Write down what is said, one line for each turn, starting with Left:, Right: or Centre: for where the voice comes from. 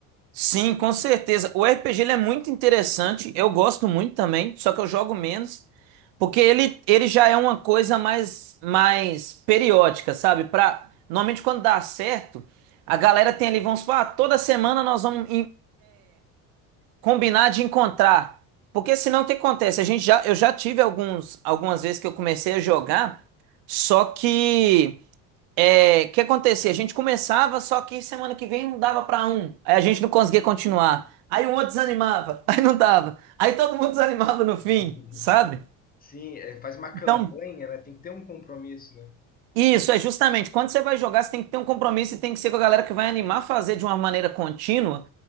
Right: Sim, com certeza. O RPG ele é muito interessante. Eu gosto muito também, só que eu jogo menos, porque ele, ele já é uma coisa mais mais periódica, sabe? Pra, normalmente quando dá certo, a galera tem ali, vamos supor, ah, toda semana nós vamos combinar de encontrar. Porque senão o que acontece? A gente já, eu já tive alguns, algumas vezes que eu comecei a jogar, só que é, o que acontecia? A gente começava, só que semana que vem não dava pra um. Aí a gente não conseguia continuar. Aí o outro desanimava, <laughs> aí não dava. Aí todo mundo desanimava no fim,
Left: <laughs>
Right: sabe?
Left: Sim, é, faz uma
Right: Então,
Left: campanha, né? Tem que ter um compromisso, né?
Right: Isso, é justamente. Quando você vai jogar, você tem que ter um compromisso e tem que ser com a galera que vai animar a fazer de uma maneira contínua